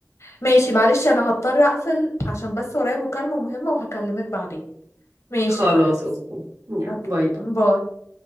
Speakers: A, on the left; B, on the right.
A: ماشي معلش انا هضطر اقفل عشان بس ورايا مكالمة مهمة وهكلمك بعدين ماشي
B: خلاص
A: يا حبيبتي
B: اوكي يلا
A: اوكي
B: باي باي
A: باي